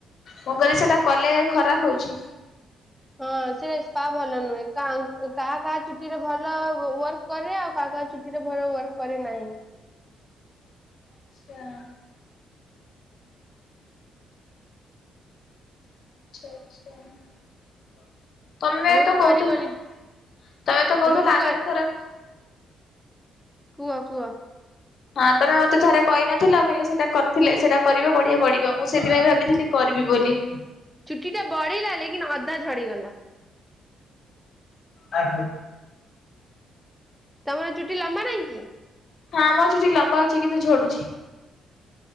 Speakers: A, on the left; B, in the centre.
A: ମୁଁ କହିଲି ସେଟା କଲେ ଖରାପ ହଉଛି।
B: ହଁ ସେ ରେପ ଭଲ ନୁହେଁ କାହା କାହା ଚୁଟିରେ ଭଲ ୱାର୍କ କରେ ଆଉ କାହା ଚିଠିରେ ଭର ୱାର୍କ କରେ ନାହିଁ
A: ଆଚ୍ଛା। ଆଚଛା ଆଚଛା। ତମେ ତ
B: ବି
A: କହୁଥିଲ
B: କରିବନି
A: ତମେ ତ କହୁଥିଲ
B: ବି
A: ଲାଗରେ
B: କ
A: ଥର
B: କୁହ କୁହ
A: ହଁ ତମେ ମତେ ଥରେ କହିନଥିଲ କହିଲେ ସେଟା କରିଥିଲେ ସେଟା କରିବ ବଢିଆ ବଢିବ ମୁଁ ସେଇଥିପାଇଁ ଭାବିଥିଲି। କରିବି ବୋଲି
B: ଚୁଟି ଟା ବଢେଇିଲା ଲେକିନ ଅଧା ଝଡିଗଲା
A: ଆ।
B: ତମର ଚୁଟି ଲମ୍ବା ନାଇଁ କି
A: ହଁ ଆମ ଚୁଟି ଲମ୍ବା ଅଛି କିନ୍ତୁ ଝଡୁଛି